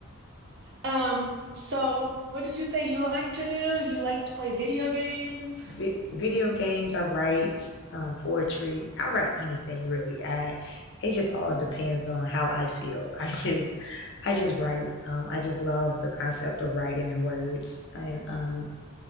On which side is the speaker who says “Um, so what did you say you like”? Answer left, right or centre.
Right